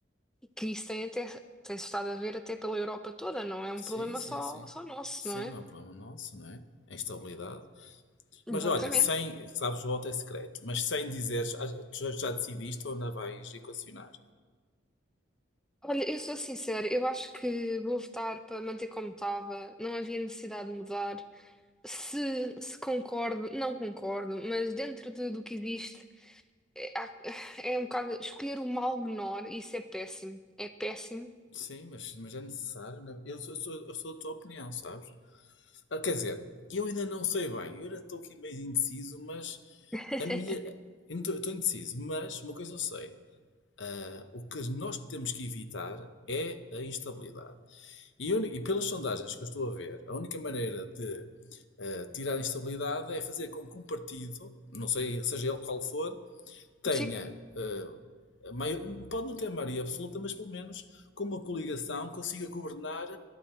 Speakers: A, in the centre; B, on the left.
A: que isso tem até, tem-se estado a ver até pela Europa toda, não é um
B: Sim,
A: problema
B: sim,
A: só,
B: sim.
A: só nosso,
B: Sim,
A: não é?
B: não é um problema nosso, não é? A instabilidade.
A: Exatamente.
B: Mas olha, sem, sabes, o voto é secreto, mas sem dizeres, ah, tu já, já decidiste ou ainda vais equacionar?
A: Olha, eu sou sincera, eu acho que vou votar para manter como estava, não havia necessidade de mudar. Se, se concordo, não concordo, mas dentro de- do que existe, é, há- é um bocado escolher o mal menor, e isso é péssimo. É péssimo.
B: Sim, mas, mas é necessário. não é? Eu sou, eu sou, eu sou da tua opinião, sabes? Ah, quer dizer, eu ainda não sei bem, eu ainda estou aqui meio indeciso, mas
A: <laughs>
B: a minha. eu não Estou indeciso, mas uma coisa eu sei. Ah, O que nós temos que evitar é a instabilidade. E, uni- e pelas sondagens que eu estou a ver, a única maneira de eh, tirar a instabilidade é fazer com que um partido, não sei, seja ele qual for, tenha,
A: Sim,
B: eh, a mai- pode não ter maioria absoluta, mas pelo menos com uma coligação consiga governar